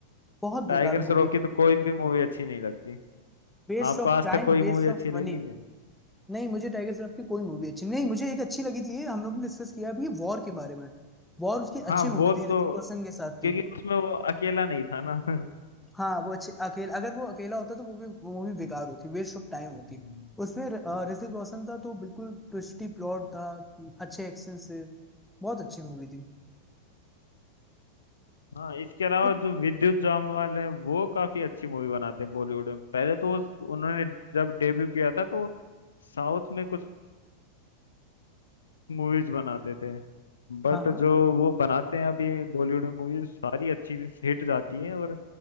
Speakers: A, in the centre; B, on the left.
A: बहुत
B: टाइगर
A: बेकार
B: श्रॉफ
A: मूवी थी
B: की तो कोई भी मूवी अच्छी नहीं लगती
A: Waste
B: आपको
A: of
B: आज
A: time
B: तक कोई
A: waste
B: मूवी अच्छी
A: of
B: लगी
A: money
B: है
A: नहीं मुझे टाइगर श्रॉफ की कोई मूवी अच्छी नहीं मुझे एक अच्छी लगी थी हम लोग ने डिस्कस किया भी वॉर के बारे में वॉर उसकी
B: हाँ
A: अच्छी
B: वो
A: मूवी
B: तो
A: थी ऋतिक रोशन के साथ
B: क्योंकि
A: थी
B: उसमें वो अकेला नहीं था ना <laughs>
A: हाँ वो अच्छी अकेला अगर वो अकेला होता तो वो भी वो मूवी बेकार होती वेस्ट ऑफ टाइम होती
B: हम्म।
A: उसमें र- अ, ऋतिक रोशन था तो बिल्कुल ट्विस्टी प्लॉट था अच्छे एक्शन से बहुत अच्छी मूवी थी
B: हाँ इसके अलावा
A: एक-
B: जो विद्युत जामवाल है वो काफी अच्छी मूवी बनाते हैं बॉलीवुड में पहले तो उस- उन्होंने जब डेब्यू किया था तो साउथ में कुछ मूवीज बनाते थे बट
A: हाँ हाँ
B: जो वो बनाते हैं अभी बॉलीवुड में मूवीज सारी अच्छी हिट जाती हैं और